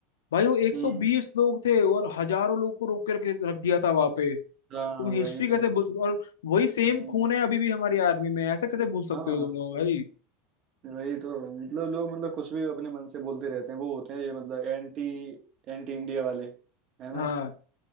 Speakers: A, on the left (about 85°); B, on the right (about 45°).
A: भाई वो 120
B: हम्म
A: लोग थे और हजारों लोग को रोक के रख, रख दिया था वहां पे
B: हाँ
A: तुम
B: वही
A: हिस्ट्री
B: तो
A: कैसे भूल और वही सेम
B: हम्म
A: खून है अभी भी हमारी आर्मी में ऐसा कैसे भूल सकते
B: हाँ
A: हो तुम लोग भाई
B: वही तो मतलब लोग मतलब कुछ भी अपने मन से बोलते रहते हैं वो होते हैं ये मतलब एंटी एंटी इंडिया वाले है ना
A: हाँ